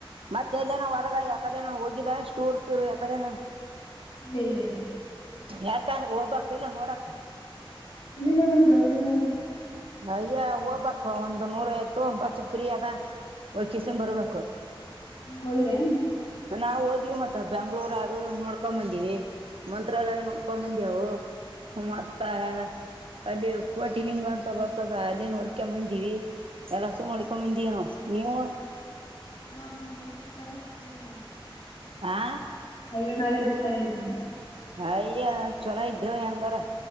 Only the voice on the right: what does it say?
ಮತ್ತುೆ ತಲ್ಲ ನಾವು ಹೊರಗ ಯಕಡೆ ನಾವು ಹೋಗಿಲ್ಲ ಸ್ಟೂರ್ ಪೂರ್ ಎಕಡೆ
ಯಾಕ ಹೋಗ್ಬೇಕ ಇಲ್ಲ ನೋಡಕ
ಅಯ್ಯ ಹ ಓಬಕ್ ಒಂದ್ ನೂರ ಯ್ತು ಬಸು ಪಿಯ ಅದ ಒಕಸನ್ ಬರಬೇಕ
ನಾವವು ಹೋಗಿವ ಮತ್ತ ಬೆಂಗ್ಳೂರ್ ಅದು ನೋಡ್ಕೊ ಬಂದಿವವಿ ಮಂತ್ರಾಲಯ ನೋಡ್ಕೋ ಬಂದ್ಯಾ ಹ ಮಾತ್ತಾ ಅಲ್ಲಿ ಕೋಟಿಲಿಂಗಂತ ಸ ಬರ್ತದ ಅಲ್ಲಿ ನೋಡ್ಕೊಂಬಂದಿವವಿ ಎಲ್ಲಸ ನೋಡ್ಕೊಂಬಂದಿನೋ ನೀವು
ಆ
ಅಯ್ಯ ಚೊಲೋ ಇದ್ದೇವು ಹೆಂಗಾರ